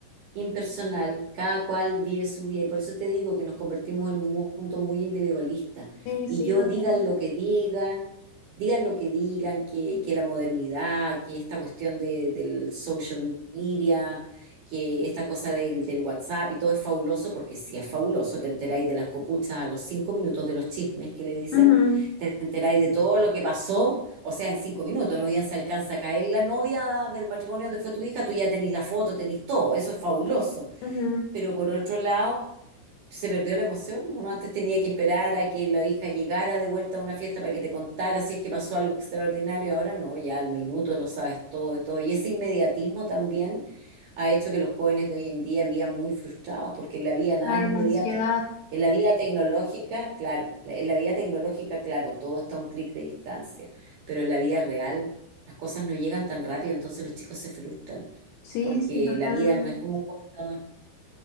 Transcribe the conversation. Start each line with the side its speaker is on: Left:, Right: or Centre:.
Right: impersonal, cada cual vive su vida y por eso te digo que nos convertimos en un mundo muy individualista.
Left: Sí,
Right: Y
Left: sí,
Right: yo
Left: totalmente.
Right: digan lo que digan, digan lo que digan, que, que la modernidad, que esta cuestión de, del social media, que esta cosa del, del WhatsApp y todo es fabuloso, porque si es fabuloso, te enteráis de las copuchas a los cinco minutos de los chismes que le dicen,
Left: Ujú,
Right: te enteráis de todo lo que pasó o sea, en cinco minutos, no bien se alcanza a caer la novia del matrimonio donde fue tu hija, tú ya tenés la foto, tenés todo, eso es fabuloso.
Left: ujú.
Right: Pero por otro lado, se perdió la emoción. Uno antes tenía que esperar a que la hija llegara de vuelta a una fiesta para que te contara si es que pasó algo extraordinario. Ahora no, ya al minuto lo sabes todo, todo. Y ese inmediatismo también ha hecho que los jóvenes de hoy en día vivan muy frustrados porque en la vida nada
Left: Claro,
Right: es inmediato.
Left: la ansiedad.
Right: En la vida tecnológica, claro, la- en la vida tecnológica, claro, todo está a un clic de distancia, pero en la vida real las cosas no llegan tan rápido, entonces los chicos se frustran
Left: Sí,
Right: porque
Left: sí, totalmente.
Right: la vida no es como un computador.